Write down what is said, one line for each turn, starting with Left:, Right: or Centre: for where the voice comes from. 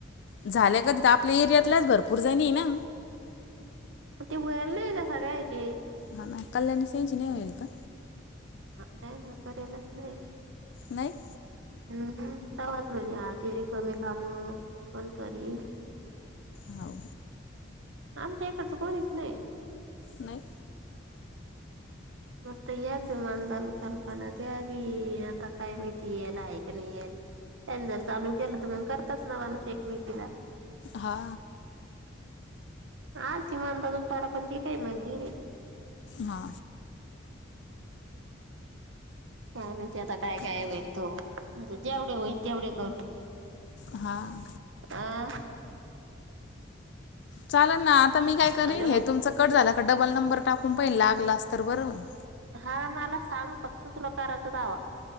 Left: झाल्या का तिथं आपल्या एरियातलाच भरपूर जाणी ना.
Right: ती वेल नाही ना सगळ्याची.
Left: हा ना कल्याणी त्यांची नाही होईल का?
Right: त्यांनी करायलच नाही यं
Left: नाही.
Right: हम्म हम्म तवाच म्हणे आ त्या रिकामे काम कोण करी.
Left: हाव
Right: आमच्या इकडचं कोणीच नाही.
Left: नाही
Right: मता याच मनधान कल्पना ते बी आता काय माहिती याल आहे का नाही याल. त्यांनी जर चालू केलं तर मग करतच नावान श ऐकमेकींना.
Left: हा.
Right: हा तिमानता दुपारा पण त काय म्हणंती नाही
Left: हा.
Right: काय माहिती ते आता काय काय होईल तो म्हणजे जेवढे होईन तेवढे कर.
Left: हा
Right: आ.
Left: चाल ना आता मी काय करेन
Right: हॅलो
Left: हे तुमच कट झालं का डबल नंबर टाकून पाहिल लागला अस तर बरं होईल.
Right: हा मला सांग फक्तच करायचं तवा.